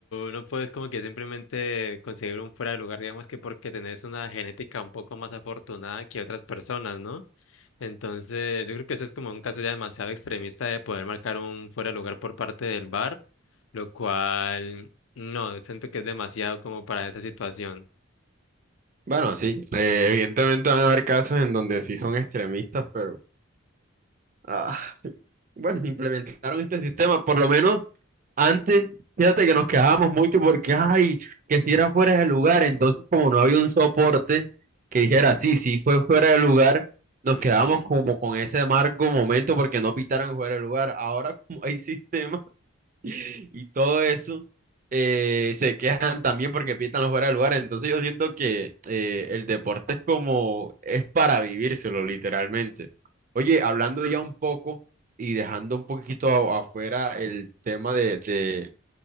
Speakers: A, on the left (about 65°); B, on the right (about 40°).
A: no puedes como que simplemente conseguir un fuera de lugar, digamos que porque tenés una genética un poco más afortunada que otras personas, ¿no? Entonces, yo creo que eso es como un caso ya demasiado extremista de poder marcar un fuera de lugar por parte del bar, lo cual, no, siento que es demasiado como para esa situación.
B: Bueno, sí, eh, evidentemente van a haber casos en donde sí son extremistas, pero Ah, <laughs> bueno, implementaron este sistema, por lo menos antes, fíjate que nos quedábamos mucho porque, ay, que si era fuera de lugar, entonces como no había un soporte que dijera, sí, sí fue fuera de lugar, nos
A: Ujú.
B: quedábamos como con ese amargo momento porque no pitaron fuera de lugar. Ahora <laughs> como hay sistemas <laughs> y todo eso, eh, se quejan también porque pitan los fuera de lugar. Entonces yo siento que eh, el deporte es como, es para vivírselo literalmente. Oye, hablando ya un poco y dejando un poquito a- afuera el tema de, de-